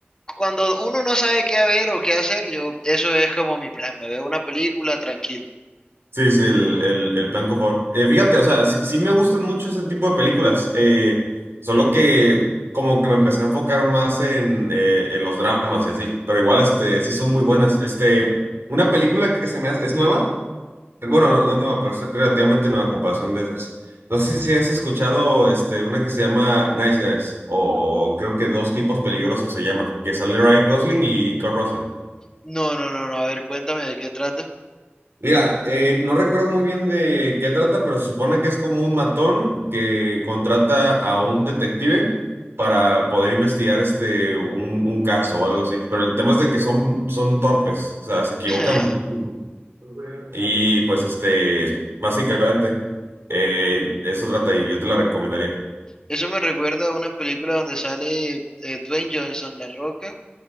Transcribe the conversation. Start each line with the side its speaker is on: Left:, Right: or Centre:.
Left: Cuando uno no sabe qué ver o qué hacer, yo, eso es como mi plan. Me veo una película tranquilo.
Right: Sí, sí, el, el, el plan confort. Eh, fíjate, o sea, sí, sí me gustan mucho ese tipo de películas, eh, solo que como que me empecé a enfocar más en, eh, en los dramas y así, pero igual este, sí son muy buenas. Este, una película que se me hace, es nueva. Bueno, no, no, no, pero es relativamente nueva comparación de esas. No sé si has escuchado este, una que se llama Nice Guys, o, o creo que Dos Tipos Peligrosos se llama, que sale Ryan Gosling y Kurt Russell.
Left: No, no, no, no. A ver, cuéntame de qué trata.
Right: Mira, eh, no recuerdo muy bien de qué trata, pero se supone que es como un matón que contrata a un detective para poder investigar este, un, un caso o algo así. Pero el tema es de que son, son torpes, o sea, se equivocan
Left: <laughs>
Right: muchísimo. Y pues este, básicamente, eh, eso trata y yo te la recomendaría.
Left: Eso me recuerda a una película donde sale eh, Dwayne Johnson, La Roca,